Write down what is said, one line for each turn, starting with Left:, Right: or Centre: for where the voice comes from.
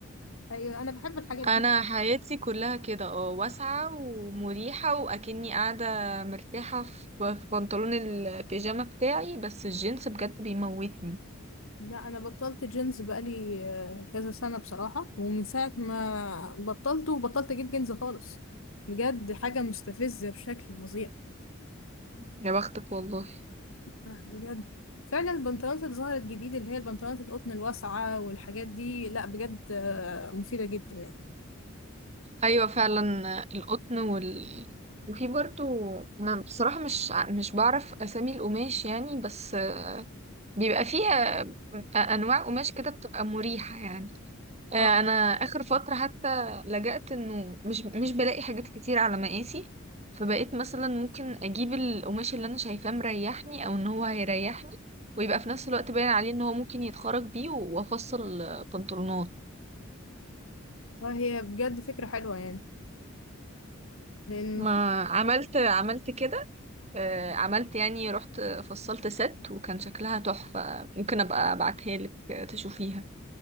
Left: ايوه انا بحب الحاجات
Right: انا
Left: دي
Right: حياتي كلها كده اه واسعه ومريحه واكني قاعده مرتاحه في في بنطلون البيجامه بتاعي بس الجينز بجد بيموتني
Left: لا انا بطلت جينز بقالي آه، كذا سنة بصراحة ومن ساعة ما بطلته بطلت اجيب جينز خالص بجد حاجة مستفزة بشكل فظيع
Right: يا بختك والله
Left: آه، بجد فعلا البنطلونات اللي ظهرت جديد اللي هي البنطلونات القطن الواسعة والحاجات دي لا بجد آه، مفيدة جدا يعني
Right: ايوه فعلا القطن وال وفي برضو انا بصراحه مش ع- مش بعرف اسامي القماش يعني بس بيبقى فيها انواع قماش كده بتبقى مريحه يعني آه،
Left: اه
Right: انا اخر فتره حتى لجأت انه مش مش بلاقي حاجات كتير على مقاسي فبقيت مثلا ممكن اجيب القماش اللي انا شايفاه مريحني او ان هو هيريحني ويبقى في نفس الوقت باين عليه ان هو ممكن يتخرج بيه وافصل آه، بنطلونات
Left: آه، هي بجد فكرة حلوة يعني لان
Right: ما عملت عملت كده آه، عملت يعني رحت فصلت ست وكان شكلها تحفه ممكن ابقى ابعتها لك تشوفيها